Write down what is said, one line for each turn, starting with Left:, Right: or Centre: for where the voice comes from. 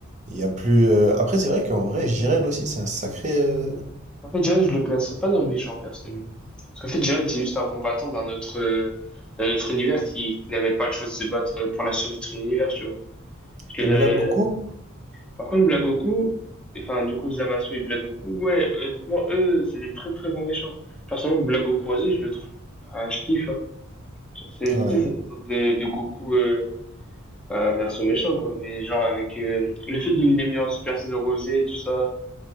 Right: Il y a plus. euh, Après, c'est vrai qu'en vrai, Jiren aussi, c'est un sacré. euh,
Centre: En fait, Jiren, je le classerais pas dans le méchant, personnellement. Parce qu'en fait, Jiren, c'est juste un combattant d'un autre, euh, d'un autre univers qui, qui n'avait pas le choix de se battre pour la survie de son univers, tu vois. Je
Right: Et
Centre: le
Right: Black
Centre: verrais
Right: Goku?
Centre: Par contre, Blagoku, enfin, du coup, Zamasu et Blagoku, ouais, honnêtement, eux, c'est des très très bons méchants. Personnellement, Blagoku, vas-y, je le trouve. Ah, je kiffe, hein. C'est,
Right: Ouais.
Centre: tu sais, ça fait une sorte de, de Goku euh, bah, version méchant, quoi. Mais genre, avec euh, le fait qu'il l'ait mis en Super Saiyan Rosé et tout ça,